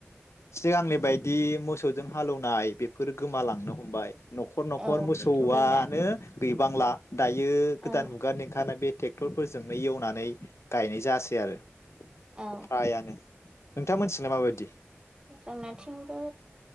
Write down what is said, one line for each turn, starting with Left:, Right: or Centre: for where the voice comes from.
Left: सिगांनि बायदि मोसौजों हालौवनाय बे फोर गोमालांनो हमबाय। न'खर न'खर
Right: औ
Left: मोसौआनो
Right: बेथ' गैला
Left: गैबांला। दायो गोदान
Right: औ
Left: मुगा नोखानो बे टेक टेक्टरफोरजोंनो एवनानै गायनाय जायासै आरो
Right: औ
Left: फ्रायानो। नोंथां मोननिथिंलाय माबायदि?
Right: जोंनाथिंबो